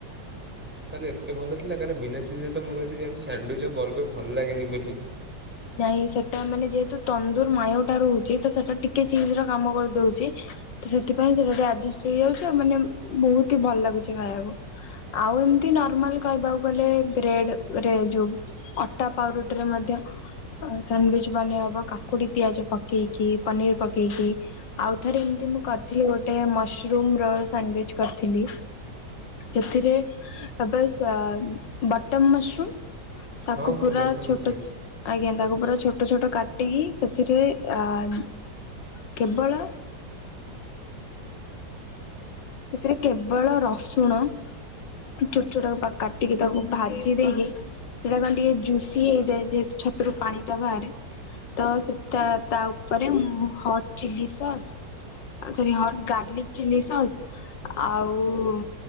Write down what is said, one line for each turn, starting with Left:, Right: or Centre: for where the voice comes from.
Centre: ଆଚ୍ଛା ତାହେଲେ ଏତେ ଭଲ ଥିଲା କାହିଁକି ନାଁ ବିନା ଚୀଜରେ ତ ମୁଁ ଏତିକି ଜାଣିଛି ସାଣ୍ଡୁୱେଜ ର ବର୍ଗର ଭଲ ଲାଗେନି ବୋଲି।
Left: ନାଇଁ ସେଟା ମାନେ ଯେହେତୁ ତନ୍ଦୁର ମାୟୋ ଟା ରହୁଛି ତ ସେଟା ଟିକେ ଚୀଜ ର କାମ କରିଦଉଛି। ତ ସେଥିପାଇଁ ସେଟା ଟିକେ ଆଜେଷ୍ଟ ହେଇଯାଉଛି ଆଉ ମାନେ ବହୁତ ହିଁ ଭଲ ଲାଗୁଛି ଖାଇବାକୁ। ଆଉ ଏମିତି ନର୍ମାଲ କହିବାକୁ ଗଲେ ବ୍ରେଡ ରେ ଯୋଉଁ। ଅଟା ପାଉଁରୁଟିରେ ମଧ୍ୟ। ଆଉ ସାଣ୍ଡୁୱେଜ ବନେଇ ହବ କାକୁଡି ପିଆଜ ପକେଇକି ପନିର ପକେଇକି। ଆଉଥରେ ଏମିତି ମୁଁ କରିଥିଲି ଗୋଟେ ମସରୁମ ର ସାଣ୍ଡୱିଚ କରିଥିଲି ସେଥିରେ ବସ୍ ବଟର ମସରୁମ ତାକୁ
Centre: ହଁ ହଁ
Left: ପୁରା
Centre: ବଟର୍ ମସରୁମ୍
Left: ଛୋଟ ଆଜ୍ଞା ତାକୁ ପୁରା ଛୋଟ ଛୋଟ କାଟିକି ସେଥିରେ ଅ କେବଳ ଏଥିରେ କେବଳ ରସୁଣ ଛୋଟ ଛୋଟାକୁ କାଟିକି ତାକୁ ଭାଜି ଦେଇକି ସେଇଟା କଣ ଟିକେ ଜୁସି ହେଇଯାଏ ଯେହେତୁ ଛତୁରୁ ପାଣି ଟା ବାହାରେ ତ ସେ ତା ଉପରେ ମୁଁ ହଟ୍ ଚିଲି ସସ୍ ଆଉ ସେଥିରେ ହଟ ଗାର୍ଲିକ ଚିଲ୍ଲି ସସ୍ ଆଉ